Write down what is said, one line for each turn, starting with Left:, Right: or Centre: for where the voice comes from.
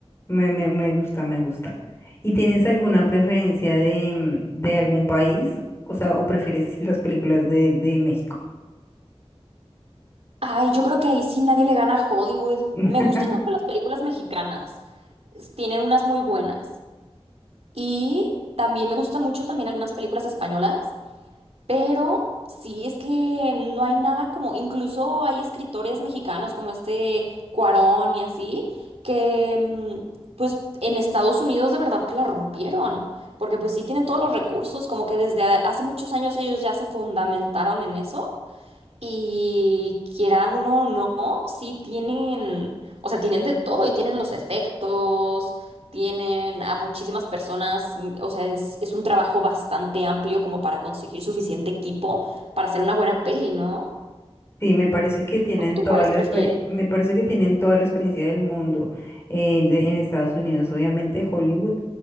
Left: Me, me, me gusta, me gusta. ¿Y tienes alguna preferencia de, mm, de algún país? O sea, ¿o prefieres las películas de, de México?
Right: Ay, yo creo que ahí sí nadie le gana a Hollywood.
Left: <laughs>
Right: Me gustan mucho las películas mexicanas. s- Tienen unas muy buenas. Y también me gustan mucho también algunas películas españolas. Pero sí, es que no hay nada como, incluso hay escritores mexicanos como este Cuarón y así, que mm, pues en Estados Unidos de verdad que la rompieron, porque pues sí tienen todos los recursos, como que desde a- hace muchos años ellos ya se fundamentaron en eso y quiera uno o no, sí tienen, o sea, tienen de todo y tienen los efectos, tienen a muchísimas personas, mm, o sea, es, es un trabajo bastante amplio como para conseguir suficiente equipo para hacer una buena peli, ¿no?
Left: Sí, me parece que tienen
Right: ¿Tú
Left: toda
Right: cuáles
Left: la,
Right: prefieres?
Left: exper- me parece que tienen toda la experiencia del mundo eh, de- en Estados Unidos, obviamente, Hollywood,